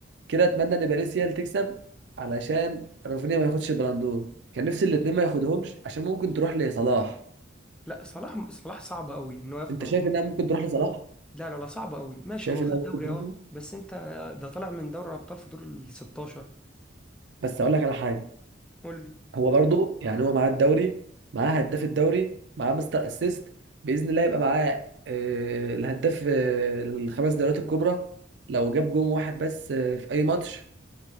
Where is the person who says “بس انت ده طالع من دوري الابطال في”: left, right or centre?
Centre